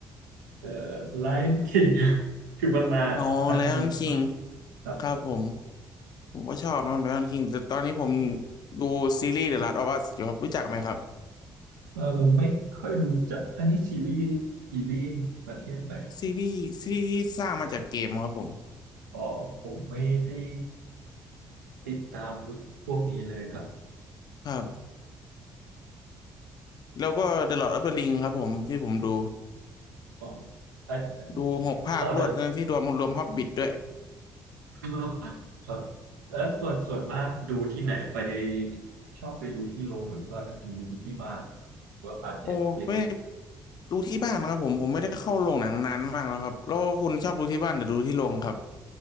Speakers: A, on the right; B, on the left.
A: เอ่อ Lion King คือมันนานนานอยู่
B: อ๋อไลออนคิง
A: ครับผม
B: ครับผมผมก็ชอบนะไลออนคิงแต่ตอนนี้ผมดูซีรีส์ The Last of Us อยู่ครับรู้จักไหมครับ
A: เออไม่ค่อยรู้จักอันนี้ซีรีส์ซีรีส์ประเทศไหน
B: ซีรีส์ซีรีส์ที่สร้างมาจากเกมครับผม
A: อ๋อผมไม่ได้ติดตามพวกนี้เลยครับ
B: ครับแล้วก็ The Lord of the Ring ครับผมที่ผมดู
A: อ๋ออัน
B: ดูหกภาครวดนะที่รวมรวม
A: เราอจะ
B: h o b บิ t ด้วย
A: มากกว่าครับแล้วส่วนส่วนมากดูที่ไหนไปชอบไปดูที่โรงหรือว่าดูที่บ้านครับหรือว่าผ่านเน็ตฟลิก
B: โอ้ไม่ ดูที่บ้านนะครับผมผมไม่ได้เข้าโรงหนังนานมากแล้วครับแล้วคุณชอบดูที่บ้านหรือดูที่โรงครับ